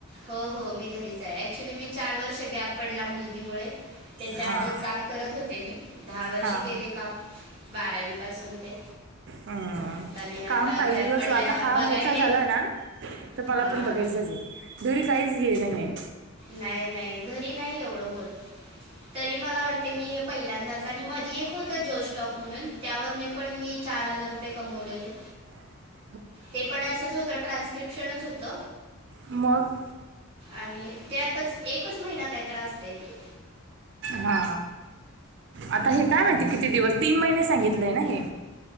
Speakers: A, on the right; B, on the right.
A: हो हो मी घरीच आहे ऍक्च्युली मी चार वर्ष गॅप पडला मुलगी मु त्याच्या
B: हा
A: आधी काम करत होते मी दहा वर्ष
B: हा
A: केले काम बारावी पासून ते
B: हम्म
A: आता नाही आता
B: काम पाहिजेलं
A: गॅप पडलाय
B: ज आता हा
A: बघायले
B: मोठा झाला ना. तर मला
A: हा.
B: पण बघायचंच आहे धोरी काहीच घे नाहीे.
A: नाही नाही घरी नाही एवढं होत. तरी मला वाटते मी हे पहिल्यांदाच आणि मधी एक होत जो सटॉक म्हणून त्यावरने पण मी चार हजार रुपये कमवलेले.
B: <unintelligible>
A: ते पण असंच होत ट्रान्स्क्रिप्शनच होत.
B: मग
A: आणि त्यातच एकच महिना काही त्रासत य तेे
B: हा आता हे काय माहितीय किती दिवस तीन महिने सांगितलेय ना हे.